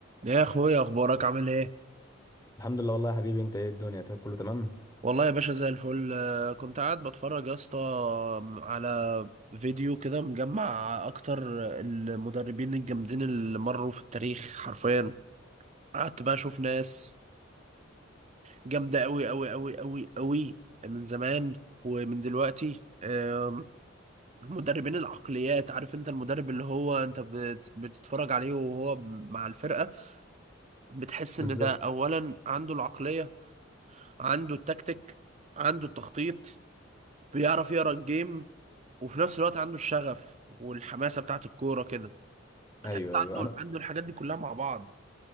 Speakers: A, on the right; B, on the left.
A: يا اخويا اخبارك عامل ايه
B: الحمد لله والله يا حبيبي انت ايه الدنيا طيب، كله تمام
A: والله يا باشا زي الفل آه، كنت قاعد بتفرج يا اسطى على فيديو كده مجمع اكتر المدربين الجامدين اللي مروا في التاريخ حرفيا قعدت بقى اشوف ناس جامده قوي قوي قوي قوي قوي من زمان ومن دلوقتي آم، مدربين العقليات عارف انت المدرب اللي هو انت بت- بتتفرج عليه وهو مع الفرقه بتحس
B: بالظبط
A: ان ده اولا عنده العقليه عنده التكتيك عنده التخطيط بيعرف يقرا الجيم وفي نفس الوقت عنده الشغف والحماسه بتاعت الكوره كده
B: ايوه
A: تحس عنده
B: ايوه انا
A: عنده الحاجات دي كلها مع بعض